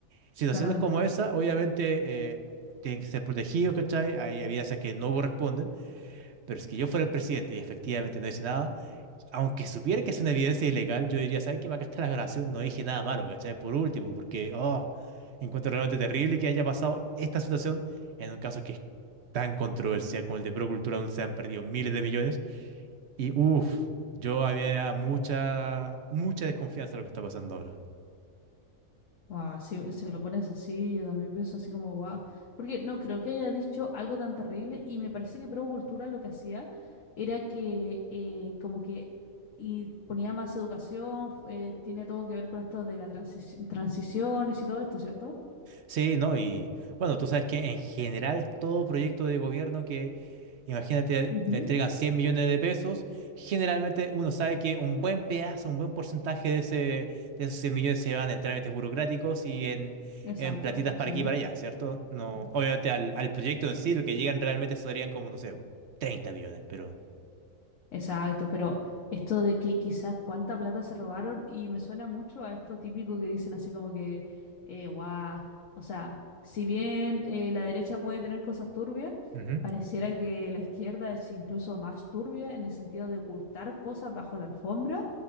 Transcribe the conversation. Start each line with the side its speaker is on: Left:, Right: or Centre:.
Right: Situaciones
Left: claramente.
Right: como esa, obviamente, eh, tienen que ser protegidos, ¿cachai? Hay evidencias que no corresponden, pero es que yo fuera el presidente y efectivamente no hice nada aunque supiera que es una evidencia ilegal, yo diría, ¿saben qué? Acá está la grabación, no dije nada malo, ¿cachai? Por último, porque, oh, encuentro realmente terrible que haya pasado esta situación en un caso que es tan controversial como el de Procultura, donde se han perdido miles de millones. Y, uff, yo había mucha, mucha desconfianza de lo que está pasando ahora.
Left: Guau, si, si me lo pones así, yo también pienso así como, guau. Porque no creo que haya dicho algo tan terrible y me parece que Provo Cultura lo que hacía era que eh, como que y ponía más educación, fu- eh, tiene todo que ver con esto de las transiciones y todo esto, ¿cierto?
Right: Sí, ¿no? Y bueno, tú sabes que en general todo proyecto de gobierno que, imagínate,
Left: Ujú,
Right: le entregan 100 millones de pesos, generalmente uno sabe que un buen pedazo, un buen porcentaje de, ese, de esos 100 millones se van en trámites burocráticos y en,
Left: Exacto,
Right: en platitas
Left: sí.
Right: para aquí y para allá, ¿cierto? No, obviamente al, al proyecto en sí, lo que llegan realmente serían como, no sé, treinta millones, pero...
Left: Exacto, pero esto de que quizás cuánta plata se robaron y me suena mucho a esto típico que dicen así como que, eh, guau, o sea, si bien eh, la derecha puede tener cosas turbias,
Right: Ujú,
Left: pareciera que la izquierda es incluso más turbia en el sentido de ocultar cosas bajo la alfombra